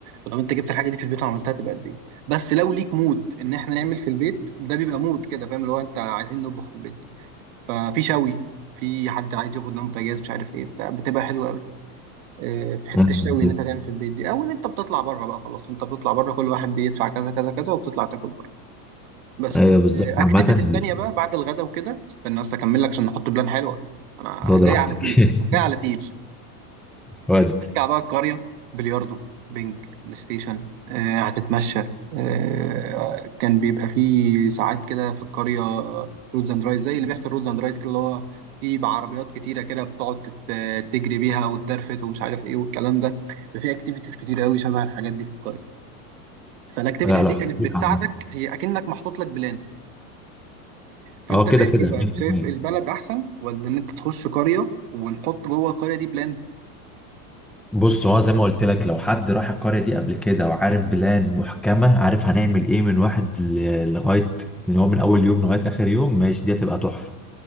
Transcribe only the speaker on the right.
ولو انت جبت الحاجه دي في البيت وعملتها تبقى قد ايه بس لو ليك مود ان احنا نعمل في البيت ده بيبقى مود كده فاهم اللي هو انت عايزين نطبخ في البيت ففي شوي في حد عايز ياخد نوم بوتاجاز مش عارف ايه بتاع بتبقى حلوه قوي اه، في حته
الشوي
ان انت تعمل في البيت دي او ان انت بتطلع بره بقى خلاص انت بتطلع بره كل واحد بيدفع كذا كذا كذا وبتطلع تاكل بس
اكتيفيتيز
تانية بقى بعد الغدا وكده استنى بس اكمل لك عشان نحط بلان حلوة انا
جاي
على تقيل
جاي على تقيل
نرجع بقى القرية بلياردو بينج بلاي ستيشن آه هتتمشى آه كان بيبقى فيه ساعات كده في القرية رودز اند رايز زي اللي بيحصل رودز اند رايز كده اللي هو في بعربيات كتيرة كده بتقعد تت- تجري بيها وتدرفت ومش عارف ايه والكلام ده في اكتيفيتيز كتير قوي شبه الحاجات دي في القرية فالاكتيفيتيز
دي
كانت بتساعدك
هي اكنك محطوط لك بلان فانت
شايف
ايه بقى
شايف البلد احسن ولا ان انت تخش قريه ونحط جوه القريه دي بلان